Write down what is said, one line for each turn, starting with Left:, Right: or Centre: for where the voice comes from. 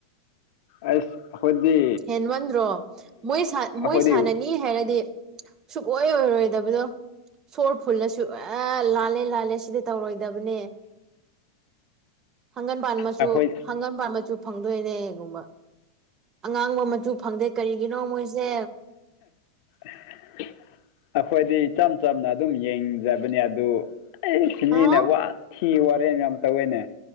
Left: ꯑꯁ ꯈꯣꯏꯗꯤ
Right: ꯍꯦꯟꯃꯟꯗ꯭ꯔꯣ ꯃꯣꯏ
Left: ꯑꯩꯈꯣꯏꯗꯤ
Right: ꯃꯣꯏ ꯁꯥꯟꯅꯅꯤ ꯍꯥꯏꯔꯗꯤ ꯁꯨꯡꯛ ꯑꯣꯏꯔꯣꯏꯗꯕꯗꯣ ꯁꯣꯔ ꯐꯨꯜꯂꯁꯨ ꯑꯦ ꯂꯥꯜꯂꯦ ꯂꯥꯜꯂꯦ ꯁꯤꯗꯤ ꯇꯧꯔꯣꯏꯗꯕꯅꯦ ꯍꯪꯒꯟꯕꯥꯟ ꯃꯆꯨ
Left: ꯑꯩꯈꯣꯏ
Right: ꯍꯪꯒꯟꯕꯥꯟ ꯃꯆꯨ ꯐꯪꯗꯣꯏꯅꯦ ꯒꯨꯝꯕ ꯑꯉꯥꯡꯕ ꯃꯆꯨ ꯐꯪꯗꯦ ꯀꯔꯤꯒꯤꯅꯣ ꯃꯣꯏꯁꯦ
Left: <unintelligible> ꯑꯩꯈꯣꯏꯗꯤ ꯏꯆꯝ ꯆꯝꯅ ꯑꯗꯨꯝ ꯌꯦꯡꯖꯕꯅꯤ ꯑꯗꯨ ꯑꯩꯁ
Right: ꯍꯥ
Left: ꯃꯤꯅ ꯋꯥꯊꯤ ꯋꯥꯔꯦꯝ ꯌꯥꯝ ꯇꯧꯋꯦꯅꯦ